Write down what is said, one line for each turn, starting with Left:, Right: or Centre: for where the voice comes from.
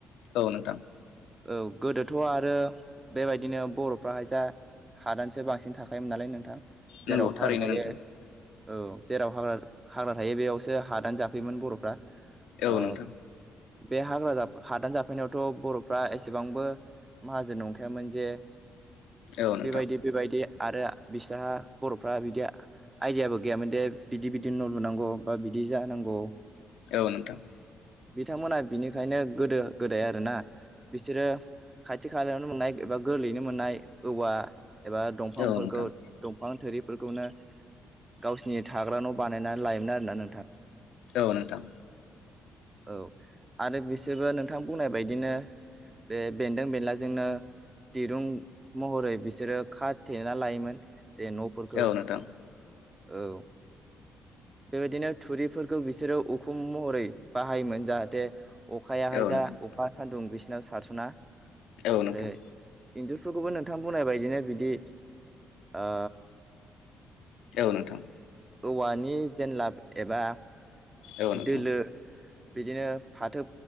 Left: औ नोंथां
Right: औ गोदोथ' आरो बेबायदिनो बर'फ्राहाय जा हादानसो बांसिन थाखायोमोन नालाय नोंथां
Left: नंगौ
Right: जेराव हाग्रा
Left: थारैनो
Right: थायो
Left: नोंथां
Right: औ जेराव हाग्रा हाग्रा थायो बेयावसो हादान जाफैयोमोन बर'फ्रा।
Left: औ
Right: ओ
Left: नोंथां।
Right: बे हाग्रा जाफै हादान जाफैनायावथ' बर' फ्रा एसेबांबो माहाजोन नंखायामोन जे
Left: औ नोंथां
Right: बेबायदि बेबायदि आरो बिसोरहा बर'फ्रा बिदि आयदियाबो गैयामोन दे बिदि बिदि न' लुनांगौ बा बिदि जानांगौ।
Left: औ नोंथां।
Right: बिथांमोना बिनिखायनो गोदो गोदाय आरोना बिसोरो खाथि खालायावनो मोननाय एबा गोरलैयैनो मोननाय औवा एबा दंफांफोरखौ
Left: औ नोंथां
Right: दंफां थोरि बेफोरफोरखौनो गावसिनि थाग्रा न' बानायनानै लायोमोन आरोना नोंथां?
Left: औ नोंथां
Right: औ आरो बिसोरबो नोंथां बुंनाय बायदिनो बे बेन्दों बेनलाजोंनो दिरुं महरै बिसोरो खाथेना लायोमोन जे न'फोरखौ
Left: औ नोंथां
Right: औ बेबायदिनो थुरिफोरखौ बिसोरो उखुम महरै बाहायोमोन जाहाथे अखायाहाय
Left: औ
Right: जा
Left: नोंथां
Right: अखा सान्दुं बिसोरनाव सारस'ना।
Left: औ
Right: आरो
Left: नोंथां।
Right: इन्जुरफोरखौबो नोंथां बुंनायबायदिनो बिदि ओ
Left: औ नोंथां।
Right: औवानि जेनलाब एबा
Left: औ नोंथां
Right: दोलो बिदिनो फाथो